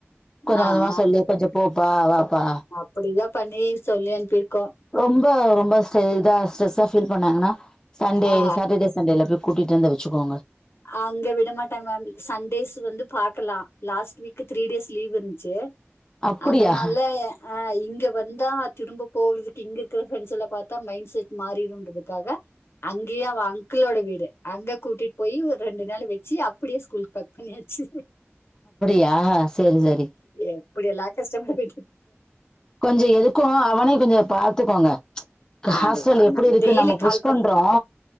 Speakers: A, on the left; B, on the left.
A: கொஞ்ச
B: நான்
A: கொஞ்சமா சொல்லி கொஞ்சம் போப்பா வாப்பா
B: அப்டிதா பண்ணி சொல்லி அனுப்பிருக்கோ
A: ரொம்ப ரொம்ப ஸ் இதா ஸ்ட்ரெஸ்ஸா ஃபீல் பண்ணாங்கன்னா சண்டே
B: ஆ,
A: சாட்டர்டே சண்டேல போ கூட்டிட்டு வந்து வெச்சுக்கோங்க
B: அங்க விட மாட்டாங்க மேம் சண்டேஸ் வந்து பாக்கலா last week three days leave இருந்துச்சு
A: அப்டியா
B: அதனாலே ஆ இங்க வந்தா திரும்ப போகிறதுக்கு இங்க இருக்கிற ஃப்ரெண்ட்ஸ் எல்லா பாத்தா மைண்ட் செட் மாறிடுன்றதுக்காக அங்கயே அவ அங்க்குளோட வீடு அங்க கூட்டிட்டு போய் ஒரு ரெண்டு நாளு வச்சு அப்படியே ஸ்கூல் பேக் பண்ணியாச்சு
A: யா சரி சரி
B: எப்படி எல்லா கஷ்டப்பட்டு
A: கொஞ்ச எதுக்கு அவனே கொஞ்ச பாத்துக்கோங்க
B: அதுதான்
A: ஹாஸ்டல் எப்படி இருக்கு
B: டெய்லி
A: நம்ம புஷ்கொண்றோ
B: கால் பண்ணிட்டு இருக்கோம்